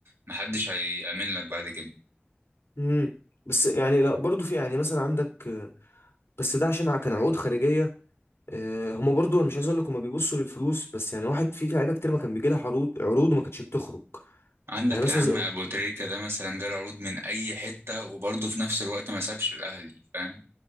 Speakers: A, on the right; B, on the left.
A: محدش هيأمن لك بعد كده
B: امم بس يعني لا برضه في يعني مثلا عندك آه، بس ده عشان ع- كان عقود خارجيه آه، هما برضه انا مش عايز اقول لك هما بيبصوا للفلوس بس يعني واحد في لعيبه كتير ما كان بيجي لها عروض عروض وما كانتش بتخرج
A: عندك
B: يعني مثلا
A: يا عم ابو تريكة ده مثلا جاله عروض من اي حتة وبرضه في نفس الوقت ما سابش الاهلي فاهم